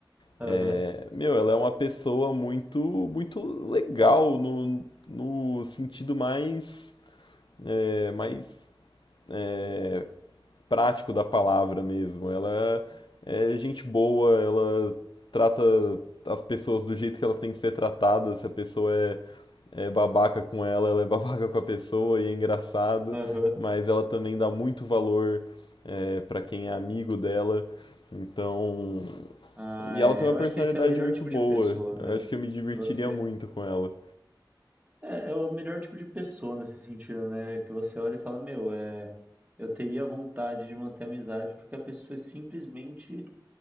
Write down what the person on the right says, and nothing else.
Aham,
aham.
Ah,
é,
eu
acho que esse é o melhor
tipo
de pessoa, né?
Que você.
É, é o melhor tipo de pessoa nesse sentido, né? Que você olha e fala, meu, é, eu teria vontade de manter a amizade porque a pessoa é simplesmente